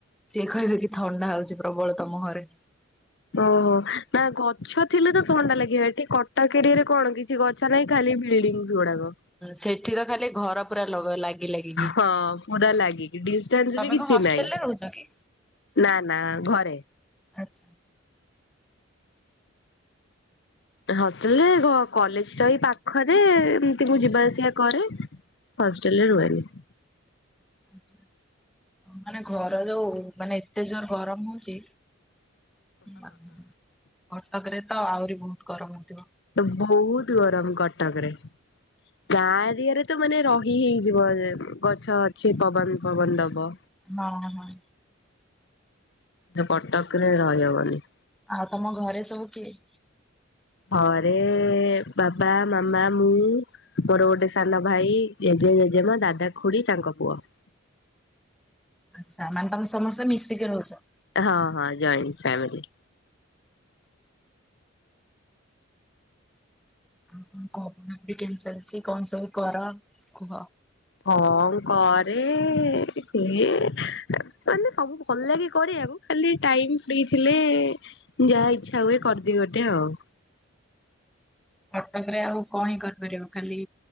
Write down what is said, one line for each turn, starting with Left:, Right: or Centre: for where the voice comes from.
Centre: ସିଏ କହିବେ କି ଥଣ୍ଡା ହୋଉଛି ପ୍ରବଳ ତମ ଘରେ।
Left: ଓହୋ ନା ଗଛ ଥିଲେ ତ ଥଣ୍ଡା ଲାଗିବ ଏଠି କଟକିରିରେ କଣ କି କିଛି ଗଛ ନାଇଁ ଖାଲି ବିଲ୍‌ଡିଙ୍ଗ ଗୁଡାକ।
Centre: ସେଠି ତ ଖାଲି ଘର ପୁରା ଲଗ ଲାଗି ଲାଗିକି
Left: ହଁ ପୁରା ଲାଗିକି ଡ଼ିସ୍। <unintelligible>
Centre: ତମେ
Left: କିଛି
Centre: କଣ ହଷ୍ଟେଲରେ
Left: ନାହିଁ
Centre: ରହୁଛ କି?
Left: ନା ନା ଘରେ।
Centre: ଆଚ୍ଛା।
Left: ହଷ୍ଟେଲ୍ ରେ କଲେଜ୍‌ ତ ଏଇ ପାଖରେ ଏମିତି ମୁଁ ଯିବା ଆସିବା କରେ। ହଷ୍ଟେଲ୍ ରେ ରୁହେନି।
Centre: ଆଚ୍ଛା ମାନେ ଘର ଯୋଉ ମାନେ ଏତେ ଜୋରେ ଗରମ ହଉଛି। ମାନେ କଟକ ରେ ତ ଆହୁରି ବହୁତ ଗରମ ହୋଉଥିବ।
Left: ତ ବହୁତ ଗରମ୍ କଟକ ରେ। ଗାଁ ଦିଗରେ ତ ମାନେ ରହି ହେଇଯିବ ଗଛ ଅଛି ପବନ ପବନ ଦବ।
Centre: ନଁ ନଁ।
Left: ଯୋଉ କଟକ ରେ ରହିହବନି।
Centre: ଆଉ ତମ ଘରେ ସବୁ କିଏ?
Left: ହଁରେ ବାପା ମାମା ମୁଁ। ମୋର ଗୋଟେ ସାନ ଭାଇ ଜେଜେ ଜେଜେମା ଦାଦା ଖୁଡି ତାଙ୍କ ପୁଅ।
Centre: ଆଚ୍ଛା ମାନେ ତମେ ସମସ୍ତେ ମିଶିକି ରହୁଛ।
Left: ହଁ ହଁ ଜଏଣ୍ଟ ଫ୍ୟାମିଲି।
Centre: <unintelligible> କେମିତି ଚାଲିଚି କଣ ସବୁ କର କୁହ?
Left: ହଁ କରେ ଇଏମାନେ ସବୁ ଭଲ ଲାଗେ କରିବାକୁ। ଖାଲି ଟାଇମ୍ ଫ୍ରି ଥିଲେ ଯାହା ଇଚ୍ଛା ହୁଏ କରିଦିଏ ଗୋଟେ ଆଉ।
Centre: କଟକ ରେ ଆଉ କଣ ହିଁ କରିପାରିବ ଖାଲି